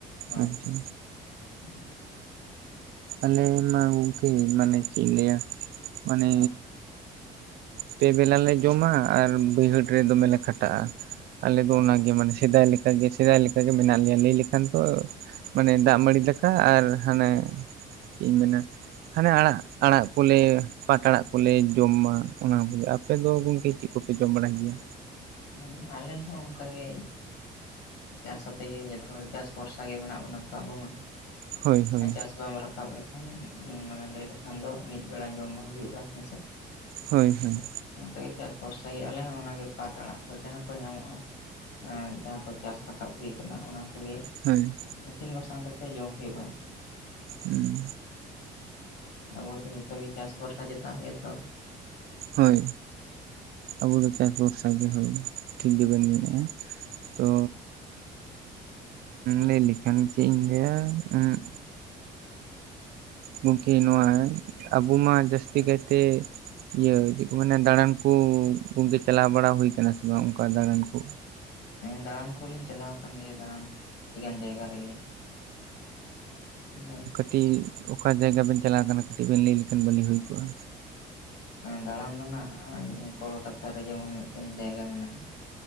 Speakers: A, on the left; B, on the right.
A: ᱦᱳᱭ
B: ᱟᱪᱪᱷᱟ
A: <unintelligible>
B: ᱟᱞᱮ ᱢᱟ ᱜᱚᱝᱠᱮ ᱢᱟᱱᱮ ᱪᱮᱫ ᱤᱧ ᱞᱟᱹᱭᱟ ᱢᱟᱱᱮ
A: ᱦᱳᱭ
B: ᱯᱮ ᱵᱮᱞᱟ ᱞᱮ ᱡᱚᱢᱟ ᱟᱨ ᱵᱟᱹᱭᱦᱟᱹᱲ ᱨᱮ ᱫᱚᱢᱮ ᱞᱮ ᱠᱷᱟᱴᱟᱜ-ᱟ᱾ ᱟᱞᱮ ᱫᱚ
A: ᱟᱪᱪᱷᱟ
B: ᱚᱱᱟᱜᱮ ᱢᱟᱱᱮ ᱥᱮᱫᱟᱭ ᱥᱮᱫᱟᱭ ᱞᱮᱠᱟᱜᱮ ᱢᱮᱱᱟᱜ ᱞᱮᱭᱟ ᱞᱟᱹᱭ ᱞᱮᱠᱷᱟᱱ ᱛᱚ ᱢᱟᱱᱮ ᱫᱟᱜ ᱢᱟᱹᱲᱤ ᱫᱟᱠᱟ ᱟᱨ ᱦᱟᱱᱮ ᱪᱮᱫ ᱤᱧ ᱢᱮᱱᱟ ᱦᱟᱱᱮ ᱟᱲᱟᱜ ᱟᱲᱟᱜ ᱠᱚᱞᱮ ᱯᱟᱴ ᱟᱲᱟᱜ ᱠᱚᱞᱮ ᱡᱚᱢ ᱢᱟ ᱚᱱᱟ ᱠᱚᱜᱮ, ᱟᱯᱮ ᱫᱚ ᱜᱚᱝᱠᱮ ᱪᱮᱫ ᱠᱚᱯᱮ ᱡᱚᱢ ᱵᱟᱲᱟᱟᱭ ᱜᱮᱭᱟ?
A: ᱦᱩᱸ ᱟᱞᱮ ᱦᱚᱸ ᱚᱝᱠᱟ ᱜᱮ ᱪᱟᱥ ᱟᱛᱮ ᱜᱮ ᱡᱦᱚᱛᱚ ᱦᱚᱲ ᱪᱟᱥ ᱵᱷᱚᱨᱥᱟ ᱜᱮ ᱢᱮᱱᱟᱜ ᱵᱚᱱᱟ ᱛᱚ ᱟᱵᱚ
B: ᱦᱳᱭ ᱦᱳᱭ
A: ᱢᱟ, ᱪᱟᱥ ᱵᱟᱢ ᱨᱟᱠᱟᱵ ᱞᱮ ᱠᱷᱟᱱ ᱢᱟᱱᱮ ᱞᱟᱹᱭ ᱞᱮᱠᱷᱟᱱ ᱫᱚ ᱢᱤᱫ ᱵᱮᱲᱟ ᱡᱚᱢ ᱵᱟᱭ ᱦᱩᱭᱩᱜᱼᱟ ᱦᱮᱸᱥᱮ?
B: ᱦᱳᱭ ᱦᱳᱭ᱾
A: ᱚᱝᱠᱟᱜᱮ ᱪᱟᱥ ᱵᱷᱚᱨᱥᱟ ᱜᱮ ᱟᱞᱮ ᱦᱚᱸ ᱚᱱᱟᱜᱮ ᱯᱟᱴ ᱟᱲᱟᱜ ᱠᱚ ᱡᱟᱦᱟᱸ ᱠᱚ ᱧᱟᱢᱚᱜ-ᱟ ᱮᱸ ᱡᱟᱦᱟᱸ ᱠᱚ ᱪᱟᱥ ᱨᱟᱠᱟᱵ ᱦᱩᱭ ᱠᱟᱱᱟ ᱚᱱᱟ ᱠᱚᱜᱮ
B: ᱦᱳᱭ᱾
A: ᱤᱥᱤᱱ ᱵᱟᱥᱟᱝ ᱠᱟᱛᱮ ᱡᱚᱢ ᱦᱩᱭᱩᱜᱼᱟ᱾
B: ᱩᱸ᱾
A: ᱟᱵᱚ ᱫᱚ ᱡᱷᱚᱛᱚ ᱜᱮ ᱪᱟᱥ ᱵᱷᱚᱨᱥᱟ ᱪᱮᱛᱟᱱ ᱨᱮᱜᱮ ᱛᱚ?
B: ᱦᱳᱭ ᱟᱵᱚ ᱫᱚ ᱪᱟᱥ ᱵᱷᱚᱨᱥᱟ ᱜᱮ ᱦᱳᱭ ᱴᱷᱤᱠ ᱜᱮᱵᱮᱱ ᱢᱮᱱᱮᱫᱼᱟ᱾ ᱛᱚ ᱞᱟᱹᱭ ᱞᱮᱠᱷᱟᱱ ᱪᱮᱫ ᱤᱧ ᱞᱟᱹᱭᱟ ᱩᱸᱜ ᱜᱚᱝᱠᱮ ᱱᱚᱣᱟ ᱟᱵᱚ ᱢᱟ ᱡᱟᱹᱥᱛᱤ ᱠᱟᱭᱛᱮ ᱤᱭᱟᱹ ᱪᱮᱫ ᱠᱚ ᱢᱮᱟᱱᱮ ᱫᱟᱬᱟᱱ ᱠᱩ ᱜᱚᱝᱠᱮ ᱪᱟᱞᱟᱣ ᱵᱟᱲᱟ ᱦᱩᱭᱠᱟᱱᱟ ᱥᱮ ᱵᱟᱝ ᱚᱱᱠᱟ ᱫᱟᱬᱟᱱ ᱠᱩ?
A: ᱮᱸ ᱫᱟᱬᱟᱱ ᱠᱚᱞᱤᱧ ᱪᱟᱞᱟᱣ ᱠᱟᱱ ᱜᱮᱭᱟ ᱫᱟᱬᱟᱱ ᱟᱹᱰᱤ ᱜᱟᱱ ᱡᱟᱭᱜᱟ ᱨᱮᱜᱮ᱾ ᱦᱳᱭ᱾
B: ᱠᱟᱹᱴᱤᱡ ᱚᱠᱟ ᱡᱟᱭᱜᱟ ᱵᱮᱱ ᱪᱟᱞᱟᱣ ᱠᱟᱱᱟ ᱠᱟᱹᱴᱤᱡ ᱵᱮᱱ ᱞᱟᱹᱭ ᱞᱮᱠᱷᱟᱱ ᱵᱷᱟᱹᱞᱤ ᱦᱩᱭ ᱠᱚᱜᱼᱟ᱾
A: ᱫᱟᱬᱟᱱ ᱫᱚ ᱱᱟᱜ ᱠᱳᱞᱠᱟᱛᱟ ᱨᱮ ᱡᱮᱢᱚᱱ ᱢᱤᱫᱴᱮᱱ ᱡᱟᱭᱜᱟ ᱢᱮᱱᱟᱜᱼᱟ